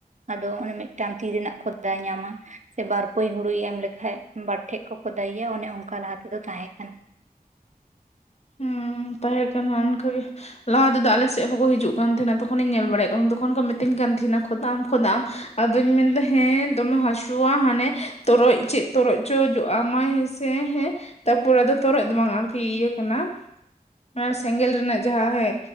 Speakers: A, on the right (about 50°); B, on the left (about 45°).
A: ᱟᱫᱚ ᱚᱱᱮ ᱢᱤᱫᱴᱟᱝ ᱛᱤ ᱨᱮᱱᱟᱜ ᱠᱷᱚᱫᱟᱭ ᱧᱟᱢᱟ ᱥᱮ ᱵᱟᱨ ᱯᱟᱹᱭ ᱦᱩᱲᱩᱭ ᱮᱢ ᱞᱮᱠᱷᱟᱡ ᱵᱟᱨ ᱴᱷᱮᱡ ᱠᱚ ᱠᱷᱚᱫᱟᱭᱮᱭᱟ ᱚᱱᱮ ᱚᱱᱠᱟ ᱞᱟᱦᱟᱮᱫᱚ ᱛᱟᱦᱮᱸ ᱠᱟᱱᱟ
B: ᱦᱩᱸ ᱛᱟᱦᱮᱸ ᱠᱟᱱᱟ ᱚᱱᱠᱟᱜᱮ ᱞᱟᱦᱟ ᱛᱮᱫᱚ ᱟᱞᱮ ᱥᱮᱜ ᱦᱚᱸᱠᱚ ᱦᱤᱡᱩᱜ ᱠᱟᱱ ᱛᱟᱦᱮᱱᱟ ᱛᱚᱠᱷᱚᱱᱤᱧ ᱧᱮᱞ ᱵᱟᱲᱟᱭᱮᱫ ᱠᱟᱱ ᱛᱟᱦᱮ ᱛᱚᱠᱷᱚᱱ ᱠᱚ ᱢᱤᱛᱟᱹᱧ ᱠᱟᱱ ᱛᱟᱦᱮᱱᱟ ᱠᱷᱚᱫᱟᱜ ᱟᱢ ᱠᱷᱚᱫᱟᱜ ᱟᱢ ᱟᱫᱚᱧ ᱢᱮᱱᱫᱟ ᱦᱮᱸ ᱫᱚᱢᱮ ᱦᱟᱹᱥᱩᱣᱟ ᱦᱟᱱᱮ ᱛᱚᱨᱚᱡ ᱪᱮᱜ ᱛᱚᱨᱚᱡ ᱪᱚ ᱡᱚᱜ ᱟᱢᱟᱭ ᱦᱮᱥᱮ ᱦᱮᱸ ᱦᱮᱸ ᱛᱟᱯᱚᱨ ᱟᱫᱚ ᱛᱚᱨᱚᱡ ᱫᱚ ᱵᱟᱝ ᱟᱨᱠᱤ ᱤᱭᱟᱹ ᱠᱟᱱᱟ ᱚᱱᱟ ᱥᱮᱸᱜᱮᱞ ᱨᱮᱱᱟᱜ ᱡᱟᱦᱟᱸ ᱦᱮ